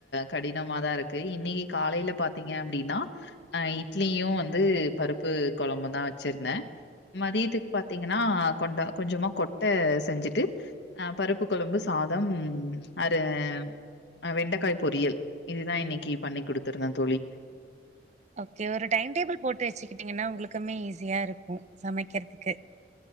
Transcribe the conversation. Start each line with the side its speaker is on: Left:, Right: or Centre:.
Left: கடினமாதா இருக்கு இன்னைக்கி காலையில பாத்தீங்க அப்டின்னா அ இட்லி இங்கயுவந்து பருப்பு கொழம்பு தா வச்சுருந்தே மதியத்துக்கு இப்போ பாத்தீங்கன்னா கொண்டா கொஞ்சமாக கொட்டை செஞ்சுட்டு பருப்பு கொழம்பு சாதம் அரு அ வெண்டைக்காய் பொரியல் இதுதா இன்னைக்கி பண்ணி் குடுத்திருந்தே தோழி
Right: ஓகே ஒரு டைம் டேபிள் போட்டு வச்சுக்கிட்டீங்கன்னா உங்களுக்குமே ஈஸியா இருக்கும் சமைக்கிறதுக்கு